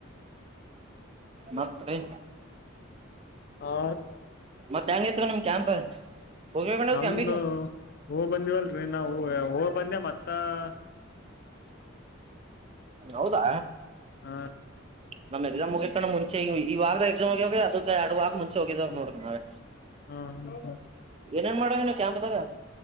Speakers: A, on the right; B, on the left.
A: ಮತ್ತ ರೀ
B: ಆ
A: ಮತ್ತ ಹೆಂಗ ತ ನಿಮ್ ಕ್ಯಾಂಪ್ ಹೋಗಿ ಕಣ
B: ನಮ್ದು
A: ಕ್ಯಾಂಪಿಗೆ
B: ಹೂ ಬಂದಿವವಲ್ರಿ ನಾವು ಹೂವು ಬಂದೆ ಮತ್ತ ತ
A: ಹೌದಾ
B: ಹಾ
A: ನ ಎಕ್ಸಾಮ ಮುಗಿಕಣ್ ಮುಂಚೆ ಈವಾರದಾಗ ಎಕ್ಸಾಮ ಆಗಾವರಿ ಅದ ಎರಡವಾರ ಮುಂಚೆ ಹೋಗಿದಾಗ ನೋಡ್ಕಣ್ರೆ
B: ಹಾ ಹ ಹ
A: ಏನೇನ್ ಮಾಡುವ ನೀವು ಕ್ಯಾಂಪದಾಗ